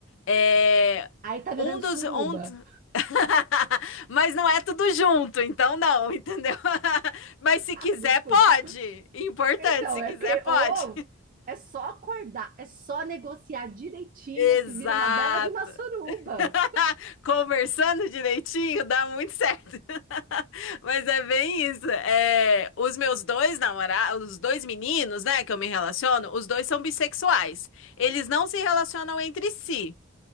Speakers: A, on the left; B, on the right.
A: É
B: Aí tá virando
A: um dos
B: suruba.
A: um <laughs> Mas não é tudo junto, então não, entendeu? <laughs> Mas se quiser,
B: <laughs> Desculpa.
A: pode. Importante,
B: Então,
A: se
B: é
A: quiser,
B: porque
A: pode.
B: ou é só acordar, é só negociar direitinho
A: <laughs> Exato.
B: que vira uma bela de uma suruba.
A: <laughs> Conversando direitinho, dá muito certo. <laughs> Mas é bem isso. É, os meus dois namorados, os dois meninos, né, que eu me relaciono, os dois são bissexuais. Eles não se relacionam entre si.